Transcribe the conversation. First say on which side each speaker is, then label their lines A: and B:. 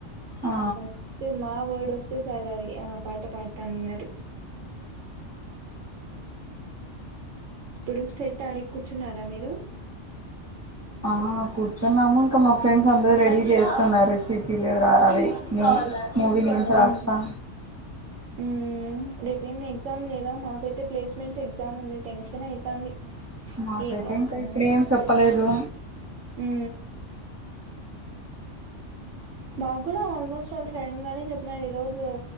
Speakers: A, on the right; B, on the right.
A: ఆ
B: ఫస్తే మా వర్డ్ వస్తే చాలు అది ఆ పాట పాడతా విన్నారు ఇప్పుడు సెట్ ట్టడ కూర్చున్నారా మీరు
A: ఆ కూర్చున్నాము ఇంకా మా ఫ్రెండ్స్ అందరు రెడీ చేస్తున్నారు చిటీలు అవి మే మూవీ నేమ్స్ రాస్తా
B: మ్మ్ మ్మ్ రేపేం ఎగ్జామ్ లేదా మాకు అయితే ప్లేస్మెంట్స్ ఎగ్జామ్ ఉంది టెన్షన్ అవుతుంది
A: మాకైతే
B: ఏం రాస్తామో
A: ఇంకా ఇప్పుడు ఏం చెప్పలేదు
B: హా మాకు కూడా ఆల్మోస్ట్ సడన్ గానే చెపిన్నరూ ఈరోజు